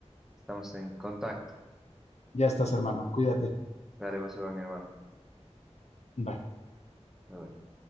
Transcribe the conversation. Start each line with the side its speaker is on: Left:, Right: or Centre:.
Centre: Estamos en contacto.
Left: Ya estás, hermano. Cuídate.
Centre: Dale, vos igual, mi hermano.
Left: Bye.
Centre: Bye, bye.